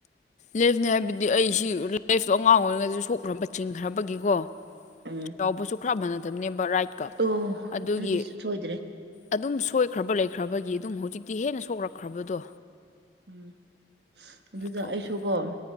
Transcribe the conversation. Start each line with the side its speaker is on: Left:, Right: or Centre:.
Left: ꯂꯦꯐꯅꯦ ꯍꯥꯏꯕꯗꯤ ꯑꯩ ꯁꯤ ꯂꯦꯐꯇꯣ ꯑꯉꯥꯡ ꯑꯣꯏꯔꯤꯉꯩꯗꯁꯨ ꯁꯣꯛꯈ꯭ꯔꯕ ꯆꯤꯡꯈ꯭ꯔꯕꯒꯤꯀꯣ
Right: ꯎꯝ
Left: ꯆꯥꯎꯕꯁꯨ ꯈ꯭ꯔ ꯃꯥꯟꯅꯗꯕꯅꯦꯕ ꯔꯥꯏꯠꯀ
Right: ꯑꯣ
Left: ꯑꯗꯨꯒꯤ
Right: ꯑꯗꯨꯗꯤ ꯁꯣꯏꯗ꯭ꯔꯦ
Left: ꯑꯗꯨꯝ ꯁꯣꯏꯈ꯭ꯔꯕ ꯂꯩꯈ꯭ꯔꯕꯒꯤ ꯑꯗꯨꯝ ꯍꯨꯖꯤꯛꯇꯤ ꯍꯦꯟꯅ ꯁꯣꯛꯂꯛꯈ꯭ꯔꯕꯗꯣ
Right: ꯎꯝ ꯑꯗꯨꯗ
Left: ꯇꯧꯕꯅꯦ
Right: ꯑꯩꯁꯨꯀꯣ ꯎꯝ